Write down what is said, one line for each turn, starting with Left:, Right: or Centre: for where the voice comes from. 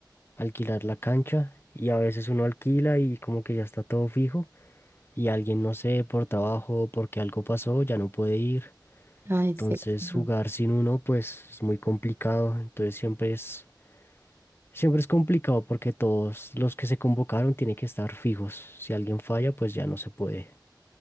Left: alquilar la cancha y a veces uno alquila y como que ya está todo fijo y alguien, no sé, por trabajo o porque algo pasó, ya no puede ir.
Right: Ay,
Left: Entonces
Right: sí. Ujú.
Left: jugar sin uno pues es muy complicado. Entonces siempre es, siempre es complicado porque todos los que se convocaron tienen que estar fijos. Si alguien falla pues ya no se puede.